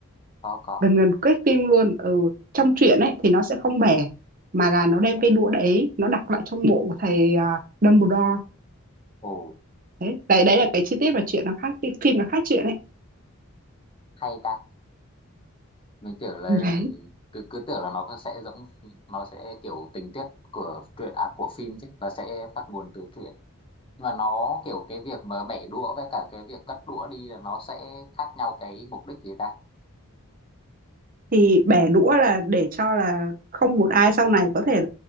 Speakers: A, on the left; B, on the right.
A: có có
B: gần gần kết phim luôn ừ trong truyện ấy thì nó sẽ không bẻ mà là nó đem cây đũa đấy nó đặt lại trong mộ của thầy à, Dumbledore
A: ồ
B: đấy đấy đấy là cái chi tiết mà chuyện nó khác phim nó khác chuyện ấy
A: hay ta mình tưởng là
B: Ừ, đấy
A: cứ cứ tưởng là nó sẽ giống nó sẽ kiểu tình tiết của truyện à của phim chứ là sẽ phát nguồn từ truyện nhưng mà nó kiểu cái việc mà bẻ đũa với cả cái việc cất đũa đi là nó sẽ khác nhau cái mục đích gì ta
B: thì bẻ đũa là để cho là không một ai sau này có thể